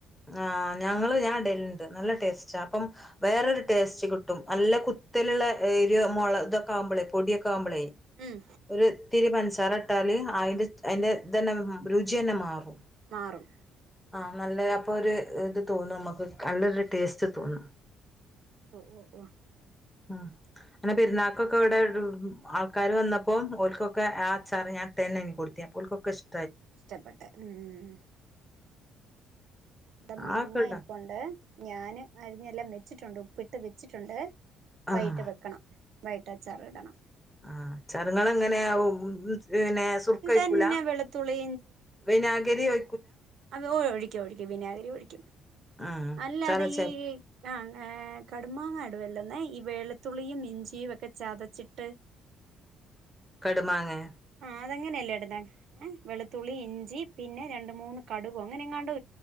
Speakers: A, in the centre; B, on the right.
A: ആ ഞങ്ങള് ഞാൻ ഇടല്ണ്ട്. നല്ല ടേസ്റ്റാ അപ്പം വേറൊരു ടേസ്റ്റ് കിട്ടും നല്ല കുത്തല്ള്ള എരോ മൊളോ തൊക്കാവുമ്പൊളേ പൊട്യൊക്കാവുമ്പളേ
B: ഉം
A: ഒരുത്തിരി പൻസാരട്ടാല് ആയിൻ്റെ അയിന്റെ തന്നെ രുച്യന്നെ മാറും.
B: മാറും
A: ആ നല്ല അപ്പൊര് ഇത് തോന്നും നമ്മക്ക് നല്ലൊരു ടേസ്റ്റ് തോന്നും.
B: ഓ ഓ ഓ
A: ആ ന്നലെ പെര്ന്നാക്കൊക്കെവടെ ആൾക്കാര് വെന്നപ്പോം ഓൽകൊക്കെ ആ അച്ചാർ ഞാൻ ട്ടന്നെ കൊട്ത്ത് ഞാൻ അപ്പോ ഓൽകൊക്കെ ഇഷ്
B: ഇഷ്ടപ്പെട്ടെ മ്മ് ടെ മാങ്ങ
A: ആക്കെ ഇടാ
B: ഇര്പ്പുണ്ട്. ഞാൻ അരിഞ്ഞെല്ലാം വെച്ചിട്ടുണ്ട്, ഉപ്പിട്ട് വെച്ചിട്ടുണ്ട്
A: ആഹ്
B: വൈട്ട് വെക്കണം വൈകിട്ട് അച്ചാറ്ടണം.
A: ആ അച്ചാറുകളെങ്ങനെയാ <unintelligible> പിന്നെ സുർക്ക
B: ഇതന്നെ
A: ഒയ്ക്കൂലാ?
B: വെളുത്തുള്ളി
A: വിനാഗിരി ഒ
B: അതെ ഓ ഒഴിക്കും ഒഴിക്കും വിനാഗിരി ഒഴിക്കും.
A: ആഹ്
B: അല്ല
A: ചതച്ച
B: അതെ ഈ ആഹഹ് കടുമാങ്ങ അച്ച വല്ലെന്ന് ഈ വെളുത്തുളളിയും, ഇഞ്ചിയും ഒക്കെ ചതച്ചിട്ട്
A: കടുമാങ്ങേ?
B: അതെങ്ങനെയല്ലേ ഇടുന്നെ? ഏ വെളുത്തുള്ളി ഇഞ്ചി പിന്നെ രണ്ട് മൂന്ന് കടുവോ അങ്ങനെങ്ങാണ്ടോ